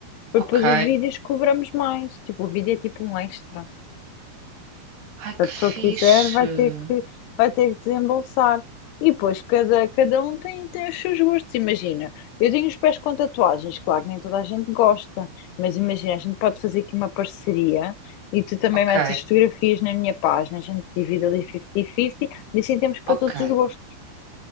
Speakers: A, on the left; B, on the right.
A: porque
B: Ok.
A: depois os vídeos cobramos mais, tipo, o vídeo é tipo um extra.
B: Ai, que
A: Se a pessoa
B: fixe.
A: quiser, vai ter que, vai ter que desembolsar. E depois, cada, cada um tem, tem os seus gostos. Imagina, eu tenho os pés com tatuagens, claro que nem toda a gente gosta, mas imagina, a gente pode fazer aqui uma parceria e tu também
B: Ok,
A: metes as fotografias na minha página, a gente divide ali 50-50 e assim temos para
B: ok.
A: todos os gostos.